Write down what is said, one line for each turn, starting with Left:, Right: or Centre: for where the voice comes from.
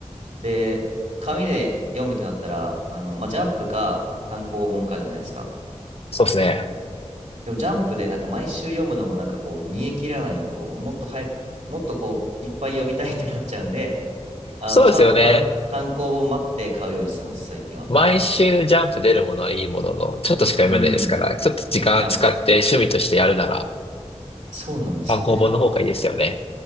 Right: で、紙で読むってなったら、あの、まあ、ジャンプか単行本かじゃないですか。
Left: そうですね。
Right: でもジャンプでなんか毎週読むのもなんかこう、煮え切らないんで、こう、もっと早く、もっとこう、いっぱい読みたいってなっちゃうんで、あの、
Left: そうですよね。
Right: ちゃんと単、単行本待って買うようにしてます、最近は。
Left: 毎週ジャンプ出るものはいいものの、ちょっとしか読めないですから、
Right: うん。
Left: ちょっと時間使って趣味としてやるなら、
Right: いや、そうなんですよね。
Left: 単行本の方がいいですよね。